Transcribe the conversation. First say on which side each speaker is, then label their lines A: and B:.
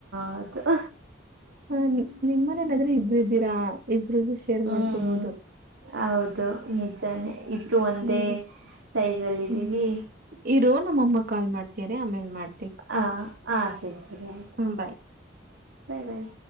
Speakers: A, on the right; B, on the right.
A: ಹೌದು
B: ಹ ನಿಮ್ ಮನೇನಾದ್ರೆ ಇಬ್ರ್ ಇದ್ದೀರಾ ಇಬ್ರ್ ಶೇರ್
A: ಹ್ಮ್
B: ಮಾಡ್ಕಭಾವದು
A: ಹೌದು ನಿಜಾನೆ ಇಬ್ರು ಒಂದೇ
B: ಹ್ಮ್,
A: ಸೈಜ್ ಅಲ್ಲಿ
B: ಹ್ಮ್
A: ಇದೀವಿ
B: ಇರೋ ನಮ್ಮಮ್ಮ ಕಾಲ್ ಮಾಡ್ತಾರೆ ಆಮೇಲ್ ಮಾಡ್
A: ಹಾ ಹಾ ಸರಿ ಸರಿ ಆಯ್ತು
B: ಹಾ, ಬಾಯ್.
A: ಬಾಯ್ ಬಾಯ್